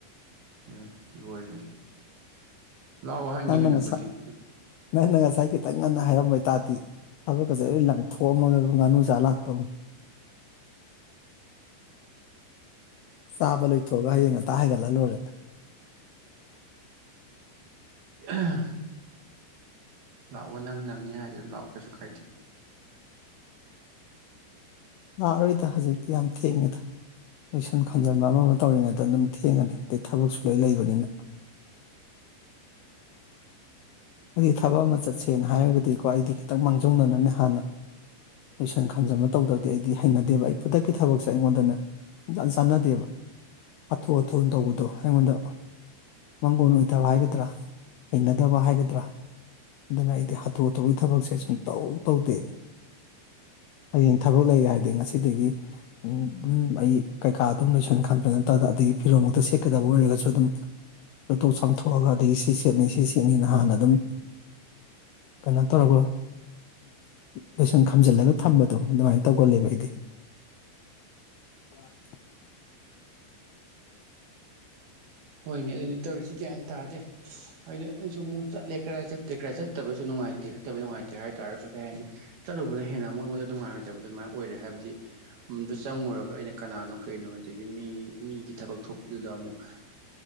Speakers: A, on the right; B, on the left.
A: ꯑꯦ ꯂꯣꯏꯔꯦ ꯂꯥꯛꯑꯣ ꯍꯥꯏꯅꯤ
B: ꯅꯟꯅꯪ
A: ꯀꯩꯅꯣꯕꯨꯗꯤ
B: ꯅ ꯉ ꯁꯥꯥꯏꯀꯤ ꯈꯤꯇꯪ ꯉꯟꯅ ꯍꯥꯏꯔꯝꯕ ꯍꯥꯏꯇꯥꯥꯔꯗꯤ ꯊꯕꯛꯀꯁꯦ ꯂꯣꯏ ꯂꯪꯊꯣꯛꯑꯝꯃꯒ ꯉꯥꯅꯨ ꯆꯥ ꯂꯥꯛꯇꯧꯅꯤ <unintelligible> ꯆꯥꯕ ꯂꯣꯏꯊꯣꯛꯑꯒ ꯍꯌꯦꯡ ꯉꯇ ꯍꯥꯏꯒꯠꯂꯂꯨꯔꯦ
A: ꯎꯝ ꯂꯥꯛꯑꯣ ꯅꯪ ꯅꯪꯉ ꯍꯥꯏꯔꯗꯤ ꯑꯗꯨꯝ ꯂꯥꯛꯑꯣ ꯀꯩꯁꯨ ꯀꯥꯏꯗꯦ
B: ꯂꯥꯛꯑꯔꯣꯏꯗ ꯍꯧꯖꯤꯛꯇꯤ ꯌꯥꯝ ꯊꯦꯡꯉꯦꯗ ꯂꯣꯏꯁꯟ ꯈꯥꯝꯖꯤꯟꯕ ꯑꯃ ꯑꯃ ꯇꯧꯔꯤꯉꯩꯗ ꯑꯗꯨꯝ ꯊꯦꯡꯉꯅꯤ ꯑꯗꯩ ꯊꯕꯛ ꯁꯨꯂꯣꯏ ꯂꯩꯕꯅꯤꯅ <unintelligible> ꯑꯩꯗꯤ ꯊꯕꯛ ꯑꯃ ꯆꯠꯁꯦꯅ ꯍꯥꯏꯔꯒꯗꯤꯀꯣ ꯑꯩꯗꯤ ꯈꯤꯇꯪ ꯃꯥꯡꯖꯧꯅꯅꯅꯤ ꯍꯥꯟꯅ ꯂꯣꯏꯁꯟ ꯈꯟꯖꯟꯕ ꯇꯧꯗ꯭ꯔꯗꯤ ꯑꯩꯗꯤ ꯍꯩꯅꯗꯦꯕ ꯑꯩ ꯈꯨꯗꯛꯀꯤ ꯊꯕꯛꯁꯦ ꯑꯩꯉꯣꯟꯗꯅꯦ ꯁꯨꯡꯆꯥꯟ ꯆꯥꯟꯅꯗꯦꯕ ꯍꯥꯊꯨ ꯍꯥꯊꯨꯅ ꯇꯧꯕꯗꯣ ꯑꯩꯉꯣꯟꯗ ꯃꯪꯒꯣꯟ ꯑꯣꯏꯗꯕ ꯍꯥꯏꯒꯗ꯭ꯔꯥ ꯍꯩꯅꯗꯕ ꯍꯥꯏꯒꯗ꯭ꯔꯥ ꯅꯠꯇ꯭ꯔꯥ ꯑꯗꯨꯅ ꯑꯩꯗꯤ ꯍꯥꯊꯨ ꯍꯥꯊꯨꯒꯤ ꯊꯕꯛꯁꯦ ꯁꯨꯝ ꯇꯧ ꯇꯧꯗꯦ ꯍꯌꯦꯡ ꯊꯕꯛ ꯂꯩꯔꯦ ꯍꯥꯏꯗꯤ ꯉꯁꯤꯗꯒꯤ ꯎꯝ ꯑꯩ ꯀꯩꯀꯥ ꯑꯗꯨꯝ ꯂꯣꯏꯁꯟ ꯈꯟꯕ ꯅꯠꯇꯗ ꯑ ꯑꯗꯒꯤ ꯐꯤꯔꯣꯝꯃꯨꯛꯇ ꯁꯦꯠꯀꯗꯕ ꯑꯣꯏꯔꯒꯁꯨ ꯑꯗꯨꯝ ꯆꯣꯊꯣꯛ ꯆꯥꯝꯊꯣꯛꯑꯒ ꯑꯗꯒꯤ ꯁꯤ ꯁꯦꯠꯅ ꯁꯤ ꯁꯦꯠꯅꯤꯅ ꯍꯥꯟꯅ ꯑꯗꯨꯝ ꯀꯩꯅꯣ ꯇꯧꯔꯒ ꯂꯣꯏꯁꯪ ꯈꯝꯖꯤꯜꯂꯒ ꯊꯝꯕꯗꯣ ꯑꯗꯨꯃꯥꯏꯅ ꯇꯧꯒꯜꯂꯦꯕ ꯑꯩꯗꯤ <unintelligible>
A: ꯍꯣꯏꯅꯦ ꯑꯗꯨꯅꯤ ꯇꯧꯔꯤꯁꯤ ꯒ꯭ꯌꯥꯟ ꯇꯥꯗꯦ ꯍꯥꯏꯗꯤ ꯑꯩꯁꯨ ꯑꯃꯨꯛ ꯆꯠꯂꯦ ꯀꯗꯥꯥꯏ ꯆꯠꯇꯦ ꯀꯥꯏ ꯆꯠꯇꯕꯩꯁꯨ ꯅꯨꯡꯉꯥꯏꯇꯦ ꯆꯠꯇꯕꯩ ꯅꯨꯡꯉꯥꯏꯇꯦ ꯍꯥꯏ ꯇꯥꯔꯒꯁꯨ ꯀꯩ ꯍꯥꯏꯅꯤ ꯆꯠꯂꯨꯕꯅ ꯍꯦꯟꯅ ꯑꯃꯨꯛ ꯑꯩꯉꯣꯟꯗ ꯅꯨꯡꯉꯥꯏꯔꯣꯏꯗꯕꯗ ꯑꯗꯨꯃꯥꯏꯅ ꯑꯣꯏꯔꯦ ꯍꯥꯏꯕꯗꯤꯗꯨ ꯆꯪꯉꯨꯔꯒ ꯑꯩꯅ ꯀꯅꯥꯅꯣ ꯀꯩꯅꯣ ꯑꯗꯒꯤ ꯃꯤ ꯃꯤꯒꯤ ꯊꯕꯛ ꯊꯣꯛꯄꯗꯨꯗ ꯑꯃꯨꯛ